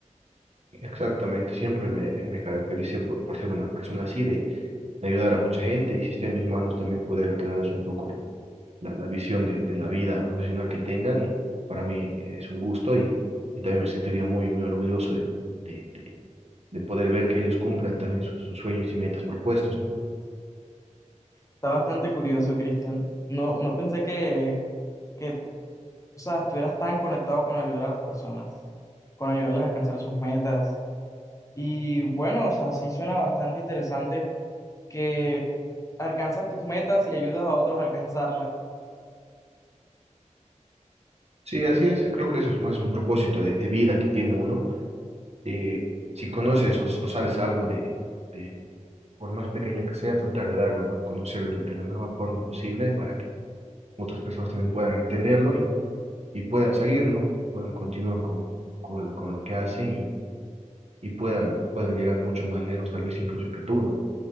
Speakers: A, on the right (about 55°); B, on the left (about 25°).
A: Exactamente, siempre me, me caractericé por, por ser una persona así, de, de ayudar a mucha gente y si está en mis manos también poder aclararles un poco la, la visión de, de la vida profesional que tengan. Y para mí eh, es un gusto y, y también me sentiría muy, muy orgulloso de, de, de- de poder ver que ellos cumplan también sus, sus sueños y metas propuestos, ¿no?
B: Está bastante curioso, Cristian. No, no pensé que, que, o sea, estuvieras tan conectado con ayudar a las personas, con ayudarlas a alcanzar sus metas. Y bueno, o sea, sí suena bastante interesante que alcanzas tus metas y ayudas a otros a alcanzarlas.
A: Sí, así es. Creo que eso es más un propósito de, de vida que tiene uno. de si conoces o, o sabes algo de, de, por más pequeño que sea, tratar de darlo a conocer de, de la mejor forma posible para que otras personas también puedan entenderlo y, y puedan seguir, ¿no? Puedan continuar con, con, con lo que hacen y, y puedan, puedan llegar mucho más lejos, tal vez incluso que tú, ¿no?